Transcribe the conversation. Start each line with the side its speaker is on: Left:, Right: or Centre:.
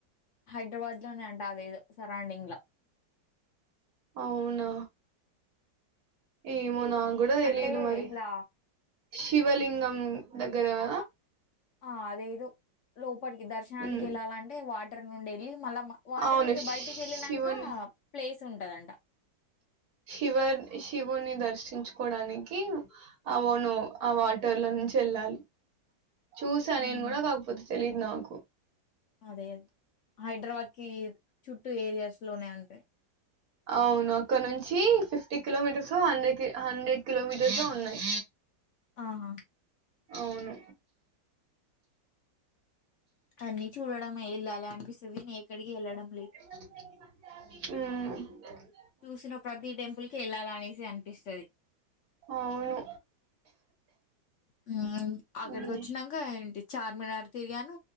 Left: హైదరాబాద్ అంట అదేదు సరౌండింగ్ లో
Right: అవునా ఏమనా కూడా తెలిదు
Left: అంటే
Right: మరి
Left: ఇట్లా
Right: శివలింగం దగ్గరవ
Left: ఆ ఆ అదేదు లో ఇప్పటికి దర్శనానికి
Right: ఉమ్
Left: వెళ్ాలంటే వాటి ఉండేి మళ్ళ వాటర్
Right: అవును
Left: నుండి బయటికి వెళ్ళినాక
Right: శివుని
Left: ప్లేస్ ఉంటదంట
Right: శివ శివోని దర్శన సృష్టించుకోవడానికి అవును అ బటర్ లో నుంచి వెళ్ళాలి చూసా
Left: ఉమ్,
Right: నేను కూడా కాకపోతు తెలిదు నాకు
Left: అదే అదే హైదరాబాద్ క చుట్టూ ఏరియాస్ లోనే అంటాయి
Right: అవును అక్కడ నుంచి ఫిఫ్టీ కిలోమీటర్స్ హండ్రెడ్ి హండ్రెడ్ కిలోమీటర్స్ో ఉన్నాయి
Left: ఆహా
Right: అవును
Left: అనీ చూడమే వెళ్ళాలి అనిపిస్తుంది నే ఎక్కడికి వెళ్డం
Right: అ <inaudible>
Left: చూసిన ప్రతి టెంపుల్ కి వెళ్ళాల అనేసి అనిపిస్తుంది
Right: అవును
Left: హు అక్కడికి
Right: ఉమ్
Left: వచ్చినాక ఏంటి చార్మినార్ తిరిగాను